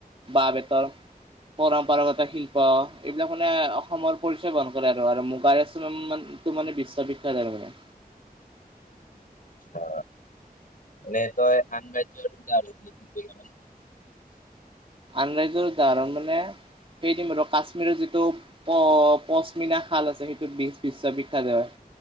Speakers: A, on the right; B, on the left.
A: বাহ বেতৰ পৰম্পৰাগত শিল্প, এইবিলাক মানে অসমৰ পৰিচয় বহন কৰে আৰু আৰু মুগাৰ আন টো, মানে বিশ্ববিখ্যাত আৰু মানে।
B: অ, এনে তই, আন ৰাজ্য <inaudible>
A: আনৰাইজৰ উদাহৰণ মানে, সেইদম আৰু কাশ্মীৰৰ যিটো অ, পশ্মিনা খাল আছে, সেইটোত বিশ-বিশ্ববিখ্যাত হয়।